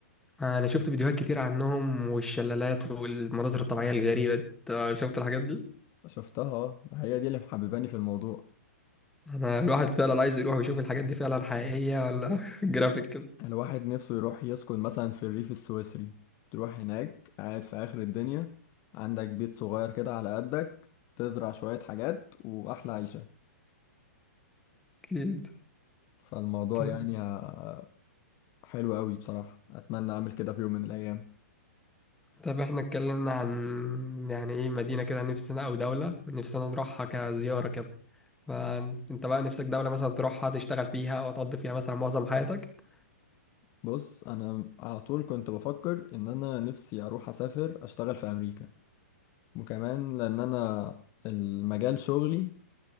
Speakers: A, in the centre; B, on the left (about 30°).
A: انا شفت فيديوهات كتير عنهم والشلالات والمناظر الطبيعيه الغريبه دي. أنت شفت الحاجات دي
B: شفتها هي دي اللي محبباني في الموضوع
A: انا الواحد فعلا عايز يروح ويشوف الحاجات دي فعلا حقيقيه ولا <laughs> جرافيك كده
B: الواحد نفسه يروح يسكن مثلا في الريف السويسري تروح هناك قاعد في اخر الدنيا عندك بيت صغير كده على قدك تزرع شوية حاجات واحلى عيشة
A: اكيد
B: فالموضوع
A: طب
B: يعني آه، حلو قوي بصراحة اتمنى اعمل كده في يوم من الايام
A: طب احنا اتكلمنا عن يعني ايه مدينه كده نفسنا او دوله نفسنا نروحها كزياره كده فانت بقى نفسك دولة مثلا تروحها تشتغل فيها وتقضي فيها مثلا معظم حياتك
B: بص انا على طول كنت بفكر ان انا نفسي اروح اسافر اشتغل في امريكا وكمان لان انا المجال شغلي